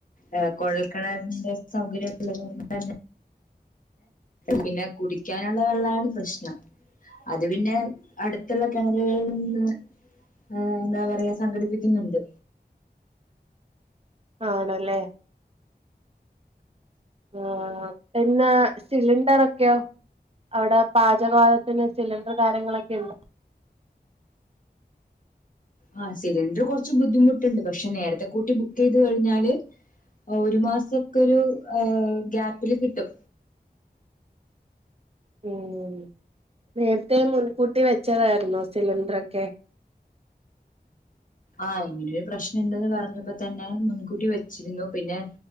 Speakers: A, on the left (about 50°); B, on the right (about 35°).
A: ആ കൊഴൽക്കിണറിന്റെ സൗകര്യം ഉള്ളത് കൊണ്ട് തന്നെ പിന്നെ കുടിക്കാനുള്ള വെള്ളമാണ് പ്രശ്നം. അത് പിന്നെ അടുത്തുള്ള കിണറുകളിൽ നിന്ന് ആഹ് എന്താ പറയാ സംഘടിപ്പിക്കുന്നുണ്ട്.
B: ആണല്ലേ? ആ പിന്നെ സിലിണ്ടർ ഒക്കെയോ? അവിടെ പാചകവാതത്തിന് സിലിണ്ടർ കാര്യങ്ങളൊക്കെ ഉണ്ടൊ -
A: ആ സിലിണ്ടർ കുറച്ച് ബുദ്ധിമുട്ടുണ്ട് പക്ഷെ നേരത്തെ കൂട്ടി ബുക്കെയ് ത് കഴിഞ്ഞാല് ഒരു മാസം ഒക്കെ ഒരു ഗ്യാപ്പില് കിട്ടും.
B: ഉം നേരത്തെ മുൻകൂട്ടി വെച്ചതായി രുന്നോ സിലിണ്ടർ ഒക്കെ?
A: ആഹ് ഇങ്ങനെയൊരു പ്രശ്നൊണ്ട് ന്ന് പറഞ്ഞപ്പൊ ത്തന്നെ മുൻകൂട്ടി വെച്ചിരുന്നു. പിന്നെ